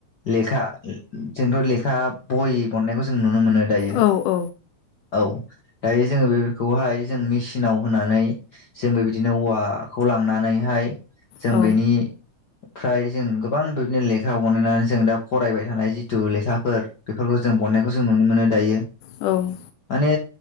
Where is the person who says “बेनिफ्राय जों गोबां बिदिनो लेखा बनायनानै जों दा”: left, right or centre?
Left